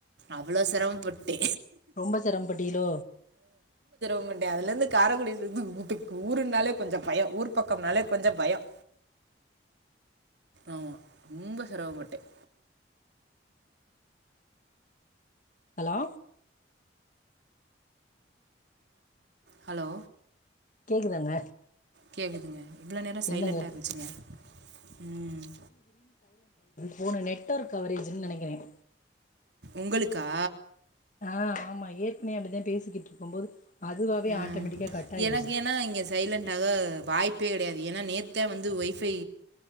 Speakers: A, on the right (about 70°); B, on the left (about 45°).
A: அவ்ளோ சிரமப்பட்டு
B: ரொம்ப சிரமபட்டியலோ
A: ண்ட அதுல இருந்து காரைக்குடிக்கு ஊருனாலே கொஞ்சம் பயம் ஊருக் பக்கம்னாலே கொஞ்சம் பயம் ஆமா ரொம்ப சிரவப்பட்டட்டேன்
B: ஹலோ
A: ஹலோ
B: கேக்குதாங்க
A: கேக்குதுங்க இவ்ளோ நேரம் சைலன்டா
B: என்னங்க
A: இருந்துச்சுங்க ம்
B: போனு நெட்ஒர்க் கவரேஜ்ன்னு நெனைக்கிறேன்
A: உங்களுக்கா
B: ஆஹ் ஆமா ஏற்கனவே அப்படிதான் பேசிக்கிட்டு இருக்கும் போது அதுவாவே
A: ஹம்
B: ஆட்டோமேட்டிக்கா கட் ஆயிருச்சு
A: எனக்கு ஏன்னா இங்க சைலன்டாக வாய்ப் பே கிடையாது ஏன்னா நேத்தான் வந்து ஒயஃபை